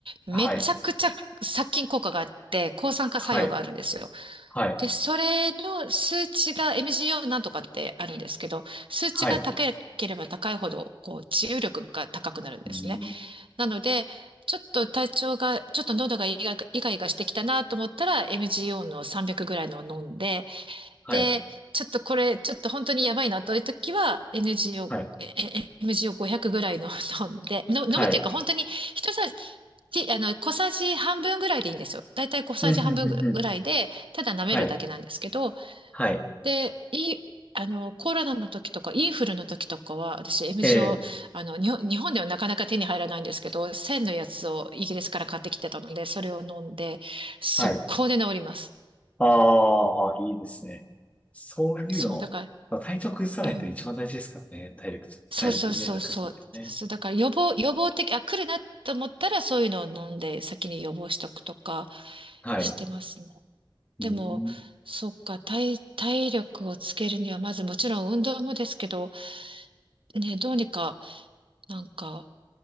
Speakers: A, on the right; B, on the left.
A: めちゃくちゃ殺菌効果があって抗酸化作用があるんですよ。
B: はい、はい、はい、
A: で、それの数値が MGO なんとかってあるんですけど、数値が高ければ高いほどこう治癒力が高くなるんですね。
B: はい、うん、
A: なので、ちょっと体調が、ちょっと喉がイガイガイガイガしてきたなと思ったら MGO の300ぐらいのを飲んで、
B: はい、
A: で、ちょっとこれ、ちょっと本当にやばいなという時は、NG を、え
B: はい、
A: MG を500ぐらいの <laughs> 飲んで、の飲むっていうか本当に一さ
B: はい、
A: じ、あの、小さじ半分ぐらいでいいんですよ。だいたい小さじ半分ぐらいで、
B: うん、うん、うん、うん
A: ただ舐めるだけなんですけど、
B: はい、はい、
A: で、いい、あの、コロナの時とか、インフルの時とかは、私、MG
B: えー、
A: を、あの、にほん日本ではなかなか手に入らないんですけど、1000のやつをイギリスから買ってきてたので、それを飲んで、速攻で治ります。
B: はい。ああ、いいですね。そういうの、
A: そう、だから、
B: まあ、体調崩さないって一番大事ですからね。
A: うん
B: 体力、
A: そうそうそうそう。
B: 体力ね、なんかそうやってね。
A: そう、だから予防、予防的、あ、来るなと思ったらそういうのを飲んで先に予防しとくとか
B: はい。
A: してますね。でも、
B: うん、
A: そっか、体、体力をつけるには、まずもちろん運動もですけど、ね、どうにか、なんか、